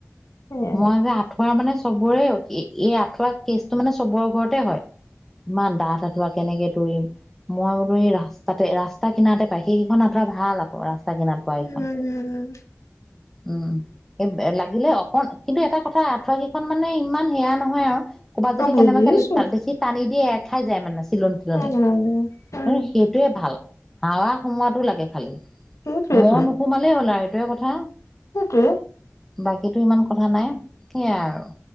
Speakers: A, on the left; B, in the centre.
A: সেয়াহে।
B: মই যে আঁঠুৱা মানে চবৰে এই আঠুৱা কেচটো মানে চবৰে ঘৰতে হয়। ইমান ডাঠ আঁঠুৱা কেনেকে ম মই বোলো এই ৰাস্তাতে ৰাস্তা কিনাৰতে পাই সেইকেইখন আঁঠুৱা ভাল আকৌ ৰাস্তা চাগিন <unintelligible> আঁঠুৱা
A: উম,
B: কেখন উম এই লাগিলে অকণ কিন্তু এটা কথা আঠুৱা কেইখন মানে ইমান সেয়া নহয় আৰু ক'ৰবাত যদি
A: অ', বুজিছো
B: কেনেবাকে তাত বেছি টানি দিয়ে এৰ খাই যায় মানে চিলন তিলনি
A: উম, উম,
B: আৰু সেই এইটোৱে ভাল হাৱা সোমোৱাটো লাগে খালি
A: সেইটোৱেতো
B: মহ নোসোমালেই হ'ল আৰু এইটোৱে কথা।
A: সেইটোৱে।
B: বাকীটো ইমান কথা নাই। সেয়াই আৰু